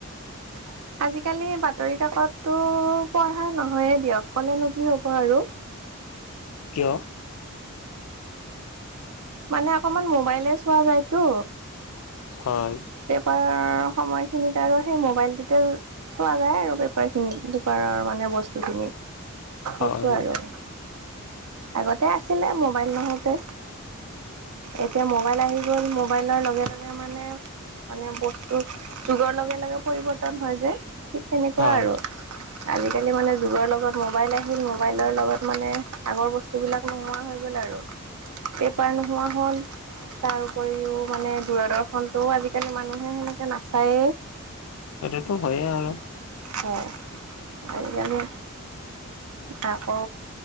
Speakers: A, on the right; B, on the left.
A: <inaudible> আজিকালি বাতৰি কাকততো পঢ়া নহয়েই দিয়ক ক'লেনো কি হ'ব আৰু।
B: কিয়?
A: মানে অকমান মোবাইলে চোৱা যায়তো।
B: হয়।
A: পেপাৰ সময়খিনিত আৰু সেই মোবাইলটোতে চোৱা যায় আৰু পেপাৰ খিনি পেপাৰৰ মানে বস্তু খিনি। সেইটো
B: হয়
A: আৰু আগতে আছিলে মোবাইল নহওঁতে। এতিয়া মোবাইল আহি গ'ল মোবাইলৰ লগে- লগে এ মানে মানে বস্তু যুগৰ লগে -লগে পৰিৱৰ্তন হয় যে ঠিক তেনেকুৱা
B: হয়
A: আৰু। আজিকালি মানে যুগৰ লগত মোবাইল আহিল মোবাইলৰ লগত মানে আগৰ বচ সেইবিলাক নোহোৱা হৈ গ'ল আৰু। পেপাৰ নোহোৱা হ'ল তাৰ উপৰিও মানে দূৰদৰ্শনটোও আজি আজিকালি মানুহে সেনেকে নাচায়ে
B: সেইটোতো হয়ে আৰু।
A: হয় আজিকালি আকৌ